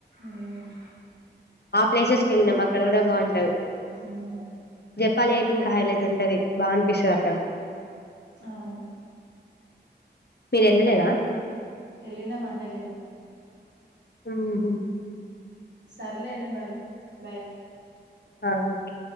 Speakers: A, on the right; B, on the left.
A: ఉమ్
B: ఆ ప్లేసెస్ కెల్నాం అక్కడ కూడా బాగుంటాది
A: ఉమ్
B: పాళి అయితే ఇంకా హైలైట్ ఉంటది బా అనిపిస్తది అక్కడ
A: అవును
B: మీరు వెళ్ళలేదా
A: ఎల్లి నామ్ అన్నీ ఎల్లినాం
B: ఉమ్ హు
A: సర్లేండి మరి బాయ్
B: ఆ ఓకే